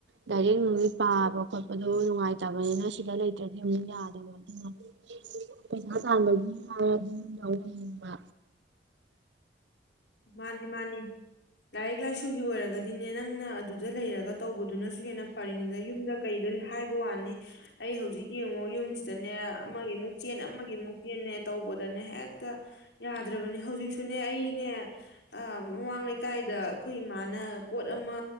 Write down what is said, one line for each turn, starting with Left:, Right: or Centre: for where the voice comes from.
Right: ꯗꯥꯏꯔꯦꯛ ꯅꯨꯡꯗꯤ ꯄꯥꯕ ꯈꯣꯠꯄꯗꯣ ꯅꯨꯡꯉꯥꯏꯇꯕꯅꯤꯅ ꯁꯤꯗ ꯂꯩꯇ꯭ꯔꯗꯤ ꯑꯃꯨꯛ ꯌꯥꯗꯕ ꯑꯗꯨꯅ ꯄꯩꯁꯥ ꯇꯥꯟꯕꯒꯤ ꯍꯥꯏꯔꯗꯤ ꯌꯨꯝꯗꯡꯕ
Left: ꯃꯥꯅꯤ ꯃꯥꯅꯤ ꯂꯥꯏꯔꯤꯛ ꯂꯥꯏꯁꯨꯒꯤ ꯑꯣꯏꯔꯒꯗꯤꯅꯦ ꯅꯪꯅ ꯑꯗꯨꯗ ꯂꯩꯔꯒ ꯇꯧꯕꯗ ꯑꯗꯨꯅꯁꯨ ꯍꯦꯟꯅ ꯐꯔꯤꯅꯤꯅ ꯌꯨꯝꯗ ꯀꯩꯗ ꯍꯥꯏꯕ ꯋꯥꯅꯤ ꯑꯩ ꯍꯧꯖꯤꯛ ꯌꯦꯡꯉꯣ ꯌꯨꯝꯁꯤꯗꯅꯦ ꯑꯃꯒꯤꯃꯨꯛ ꯆꯦꯟ ꯑꯃꯒꯤꯃꯨꯛ ꯆꯦꯟꯅꯦ ꯇꯧꯕꯗꯅꯦ ꯍꯦꯛꯇ ꯌꯥꯗ꯭ꯔꯕꯅꯦ ꯍꯧꯖꯤꯛꯁꯨꯅꯦ ꯑꯩꯅꯦ ꯑ ꯃꯃꯥꯡ ꯂꯩꯀꯥꯏꯗ ꯑꯩꯈꯣꯏ ꯏꯃꯥꯅ ꯄꯣꯠ ꯑꯃ